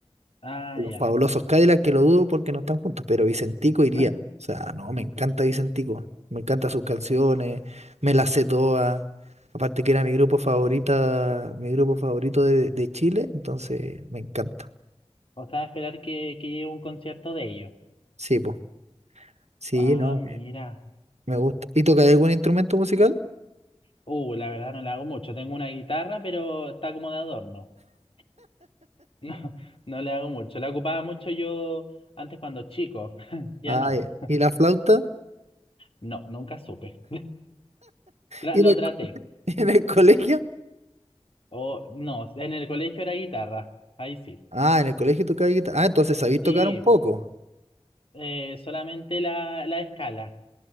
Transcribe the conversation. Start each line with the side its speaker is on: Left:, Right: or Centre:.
Left: Ah,
Right: Los
Left: ya.
Right: fabulosos Cadillacs que lo dudo porque no están juntos, pero Vicentico iría.
Left: <laughs>
Right: O sea, no, me encanta Vicentico. Me encantan sus canciones, me las sé todas. Aparte que era mi grupo favorita, mi grupo favorito de, de Chile, entonces me encanta.
Left: O sea, esperar que, que llegue un concierto de ellos.
Right: Sí, pues. Sí,
Left: Ah,
Right: no,
Left: mira.
Right: eh, me gusta. ¿Y tocas algún instrumento musical?
Left: Uh, la verdad no le hago mucho. Tengo una guitarra, pero está como de adorno. <laughs> No, no le hago mucho. La ocupaba mucho yo antes cuando chico. <laughs> Ya
Right: Ah,
Left: no.
Right: ya. ¿Y la flauta?
Left: No, nunca supe. La-
Right: ¿Y en
Left: lo
Right: el,
Left: traté.
Right: co- <laughs> en el colegio?
Left: O no, en el colegio era guitarra. Ahí sí.
Right: Ah, en el colegio tocaba guitarra. Ah, entonces sabéis tocar
Left: Sí,
Right: un poco.
Left: eh, solamente la, la escala.